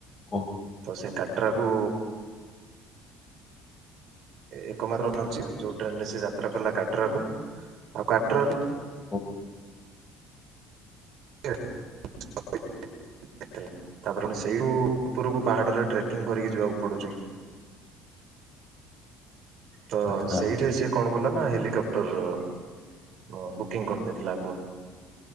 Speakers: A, on the left (about 35°); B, on the right (about 60°).
A: ଓ।
B: ତ ସେ କାଟ୍ରାକୁ ଏକମାତ୍ର ଅଛି ଯୋଉ ଟ୍ରେନ ରେ ସେ ଯାତ୍ରା କଲା କାଟ୍ରଆକୁ ଆଉ କାଟ୍ରାରୁ
A: ହ
B: ହ <unintelligible> ଥିଲା, ତାପରେ ପୁଣି ସେଇଠୁ ଉପରକୁ ପାହାଡରେ ଟ୍ରେକିଂ କରିକି ଯିବାକୁ ପଡୁଚି। ତ
A: ଆଚ୍ଛା
B: ସେଇଠି ସିଏ କଣ୍ କଲା ନା ହେଲିକପ୍ଟର୍ ଅ ହ ବୁକିଂ କରିଦେଇଥିଲା ଆଗୁଆ,